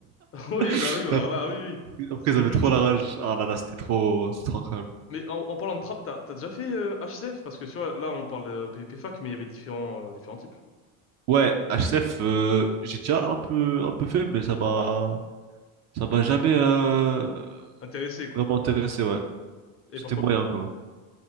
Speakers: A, on the left; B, on the right.
A: <laughs> Oui, bah
B: <laughs>
A: oui, bah alors là, oui, oui.
B: Après,
A: C'est
B: ils
A: le
B: avaient
A: but.
B: trop la rage. Ah là là, c'était trop, c'était trop incroyable.
A: Mais en, en parlant de trap, t'as, t'as déjà fait euh, HCF? Parce que tu vois, là, on parle de PvP fac, mais il y avait différents, euh, différents types.
B: Ouais, HCF, euh, j'ai déjà un peu, un peu fait, mais ça m'a, ça m'a jamais euh,
A: Intéressés, quoi.
B: vraiment intéressé. Ouais,
A: Et
B: c'était
A: pourquoi?
B: moyen quoi.